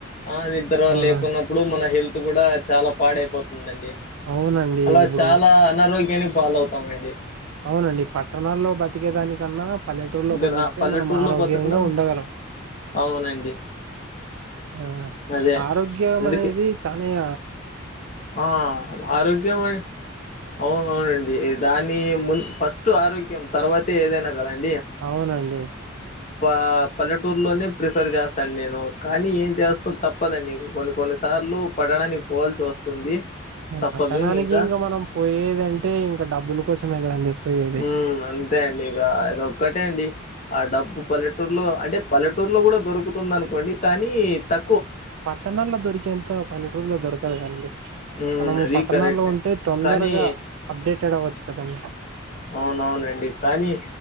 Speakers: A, on the left (about 35°); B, on the right (about 80°).
A: ఆ నిద్ర
B: అవునా
A: లేకున్నప్పుడు మన హెల్త్ కూడా చాలా పాడైపోతుందండి
B: అవునండి
A: అలా
B: ఇప్పుడు
A: చాలా అనారోగ్యానికి పాలౌతామండి
B: అవునండి పట్టణాల్లో బతికే దానికన్నా పల్లెటూర్లో
A: గ్రా
B: బతికితే
A: పల్లెటూరులో
B: మనం ఆరోగ్యంగా
A: బతకడం
B: ఉండగలం
A: అవునండి.
B: ఆ
A: అదే
B: ఆరోగ్యమనేది
A: అందుకే
B: చానిగ
A: ఆ ఆరోగ్యమే అ అవునండి దాని ముందు ఫస్ట్ ఆరోగ్యం తర్వాతే ఏదైనా గదం
B: అవునండి
A: ఆ పల్లెటూర్లోనే ప్రిఫర్ చేస్తాను నేను కానీ ఏం చేస్తాం తప్పదండి కొన్ని కొన్ని సార్ ర్లు పట్టననికి పోవల్సి వస్తుంది తప్పదు
B: పట్టణానికి
A: ఇంకా
B: ఇంగ మనం పోయేదంటే ఇంకా డబ్బుల కోసమే కదండి పోయేది
A: మ్ అంతే అండి ఇగ అదొక్కటే అండి ఆ డబ్బు పల్లెటూర్లో అంటే పల్లె టూర్లో కూడా దొరుకుతుందనుకోండి కానీ తక్
B: పట్టణాల్లో దొరికేంత పల్లెటూర్లో దొరుకదు కదండి
A: ఉమ్
B: మనము
A: అది
B: పట్టణాల్లో
A: కరెక్ట్
B: ఉంటే తొందరగా
A: కానీ
B: అప్డేటెడ్ అవ్వచ్చు కదండి
A: అవునవ్నండి కానీ